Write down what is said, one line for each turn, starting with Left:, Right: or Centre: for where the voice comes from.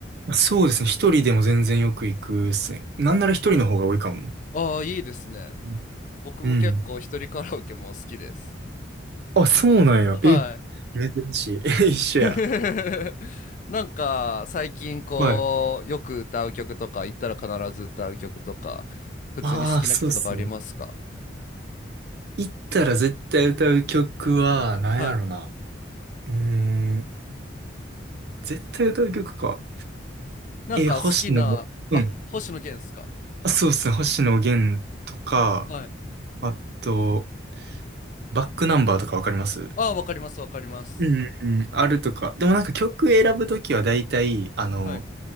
Right: そうですね。一人でも全然よく行くですね。なんなら一人の方が多いかもな。
Left: ああー、いいですね。
Right: うん。
Left: 僕も結構一人カラオケも好きです。
Right: うんあ、そうなんや。
Left: はい。
Right: え、珍しい。<laughs> 一緒や。
Left: <laughs> なんか、最近こう、
Right: はい。
Left: よく歌う曲とか、行ったら必ず歌う曲とか、普通に好きな曲とかありますか
Right: ああ、そうっすね。行ったら絶対歌う曲は、なんやろな。
Left: はい。
Right: うーん。絶対歌う曲か。
Left: なんか好きな、
Right: え、星野の、うん。
Left: あ、星野源っすか
Right: そうですね。星野源とか、
Left: はい。
Right: あと、バックナンバーとかわかります
Left: ああ、わかります、わかります。
Right: うんうん、あるとか。でもなんか曲選ぶときは大体、あの、
Left: はい